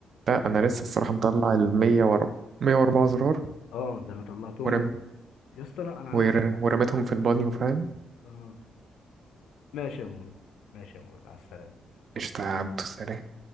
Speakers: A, on the right (about 55°); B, on the left (about 80°).
A: لا انا لسه الصراحة مطلع ال 104 104 زرار
B: اه ده انا طلعتهم
A: ورم
B: يا اسطى انا انا عايز
A: ور-
B: أ-
A: ورميتهم في البانيو فاهم
B: اه ماشي يا موري ماشي يا موري مع السلامه
A: قشطة يا عبدو سلام